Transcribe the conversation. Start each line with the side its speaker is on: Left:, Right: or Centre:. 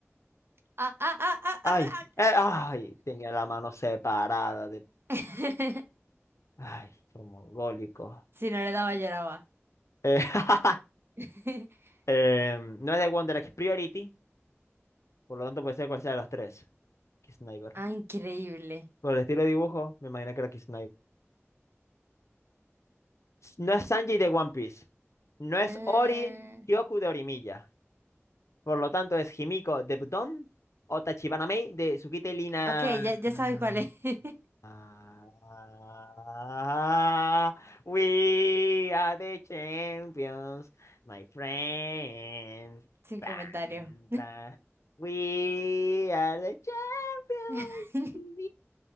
Right: Ah, ah, ah, ah,
Left: Ay,
Right: ah,
Left: eh,
Right: ah.
Left: ay, tenía la mano separada de,
Right: <laughs>
Left: ay, como mongólico.
Right: Si no le daba, lloraba.
Left: Eh, <laughs>
Right: <laughs>
Left: em, no es de Wonder X Priority, por lo tanto puede ser cual sea de las tres. Kiss Sniper.
Right: Ah, increíble.
Left: Por el estilo de dibujo, me imagino que era Kiss No es Sanji de One Piece. No es
Right: Ah.
Left: Ori Kyoku de Orimilla. Por lo tanto, es Himiko de Buton o Tachibana Mei de Tsukite Lina.
Right: Ok, ya, ya
Left: Mm.
Right: sabes cuál es. <laughs>
Left: Ah, we are the champions, my friends.
Right: Sin
Left: Bam,
Right: comentario.
Left: bam. We are the champions.
Right: <laughs>
Left: in